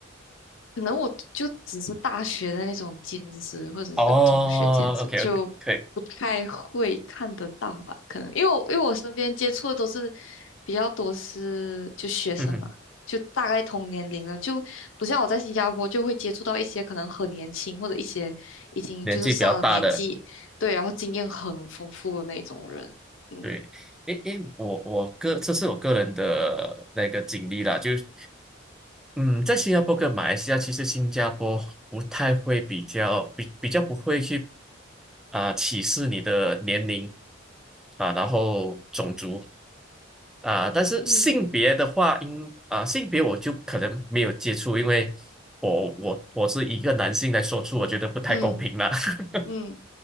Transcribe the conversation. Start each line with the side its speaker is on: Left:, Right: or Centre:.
Left: 可能我就只是大学的那种兼职，或者是中学兼职，
Centre: 哦，OK
Left: 就不太会看得到吧？
Centre: OK，可以，
Left: 可能因为我因为我身边接触的都是比较多是就学生嘛，
Centre: 嗯哼，
Left: 就大概同年龄的，就不像我在新加坡就会接触到一些可能很年轻或者一些已经就是上了年纪，
Centre: 年纪比较大的。
Left: 对，然后经验很丰富的那种人。嗯
Centre: 对，因因我我个这是我个人的那个经历啦，就是嗯，在新加坡跟马来西亚，其实新加坡不太会比较比比较不会去啊、歧视你的年龄啊，然后种族啊，但是性别的话，
Left: 嗯
Centre: 应啊性别我就可能没有接触，因为我我我是一个男性来说出，我觉得不太公平啦。
Left: 嗯
Centre: <laughs>
Left: 嗯，